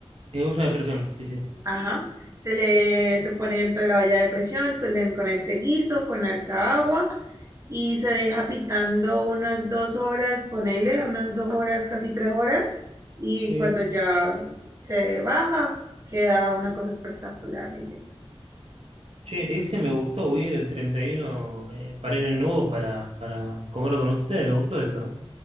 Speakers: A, on the right; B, on the right.
A: Eh, olla de presión, sí, sí.
B: Ajá. Se le se pone dentro de la olla de presión con, den- con este guiso, con harta agua y se deja pitando unas dos horas, ponele unas dos horas, casi tres horas. Y
A: Sí.
B: cuando ya se baja, queda una cosa espectacular, Neyen.
A: Che, ese me gustó, voy a ir el 31 eh, para ir nuevo para, para comerlo con ustedes, me gustó eso. eh.